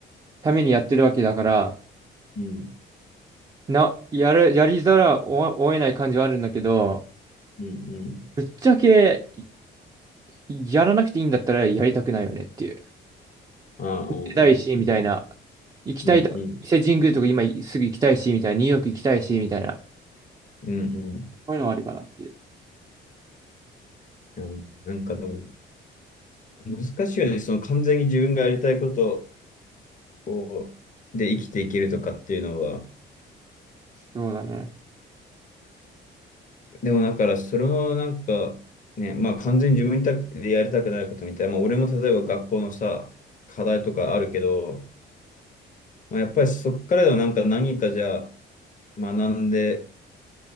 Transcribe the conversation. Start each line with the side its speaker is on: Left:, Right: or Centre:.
Right: ためにやってるわけだから、
Left: うん、
Right: な、やる、やりざらをを得ない感じはあるんだけど、
Left: うん、うん。
Right: ぶっちゃけやらなくていいんだったらやりたくないよねっていう。
Left: ああ、ああ、あ
Right: 行きたいし、
Left: あ
Right: みたいな。行きたいと、
Left: うん、うん、
Right: 伊勢神宮とか今すぐ行きたいし、みたいな。ニューヨーク行きたいし、みたいな。
Left: うん、
Right: こういうのはあるかなっていう。
Left: うん。なんかでも、難しいよね。その完全に自分がやりたいことをで生きていけるとかっていうのは。
Right: そうだね。
Left: でもだから、それもなんか、ね、まあ完全に自分にたでやりたくないことみたいな。まあ俺も例えば学校のさ、課題とかあるけど、まあ、やっぱりそっからでもなんか何かじゃあ学んで、